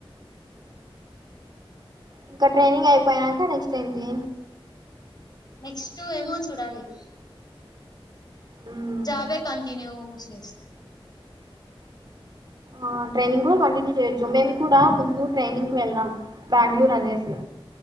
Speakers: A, on the right (about 45°); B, on the left (about 45°).
A: ఇంకా ట్రైనింగ్ అయిపోయాక నెక్స్ట్ ఏంటి
B: నెక్స్ట్ ఏమో చూడాలి
A: మ్మ్.
B: జాబే కంటిన్యూ చేస్తా
A: ఆ ట్రైనింగ్ కూడా కంటిన్యూ చేయొచ్చు మేము కూడా ముందు ట్రైనింగ్కి వెళ్ళాం బెంగళూరు అనేసి